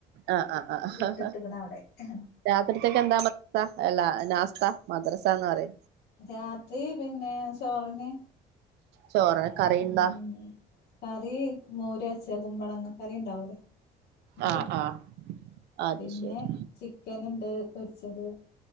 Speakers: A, on the right; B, on the left.
A: ആഹ് ആഹ്
B: ഇട്ടിട്ട്ക്ക്ണ്
A: ആ
B: അവിടെ
A: രാത്രിത്തൊക്കെ എന്താ മത്ത ലാ മദ്രസന്ന് പറയ്
B: രാത്രി പിന്നെ ചോറിന്
A: ചോറ് കറിയിണ്ടാ
B: ഉം ഉം ഉം കറി മോരാച്ചതു മ്പളങ്ങ കറി ണ്ടാവോലൊ അത്
A: ആഹ് ആഹ് അത്
B: പിന്നെ
A: ശരി
B: ചിക്കൻ ഉണ്ട് പൊരിച്ചത്